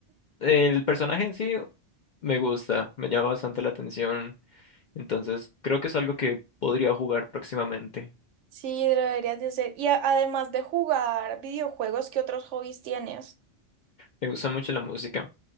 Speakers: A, on the left (about 60°); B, on the right (about 80°).
A: el personaje en sí me gusta, me llama bastante la atención, entonces creo que es algo que podría jugar próximamente.
B: Sí, lo deberías de hacer. Y a- además de jugar videojuegos, ¿qué otros hobbies tienes?
A: Me gusta mucho la música.